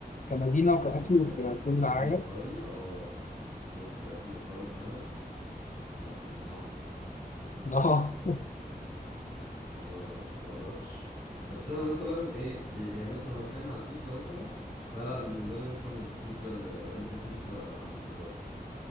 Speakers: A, on the left (about 50°); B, on the left (about 75°).
A: كمدينة وكأكل
B: يعني الاكل
A: وككل
B: الاكل
A: حاجة
B: الايطالي اه بالظبط الاكل الايطالي فعلا لا يعني صعب
A: أه
B: اللي هو ما بقدرش بس انا مثلا ايه يعني مثلا لو هنتكلم على البيتزا مثلا فلا بالنسبة لي مثلا البيتزا ال- الامريكان بيتزا عن الايطالي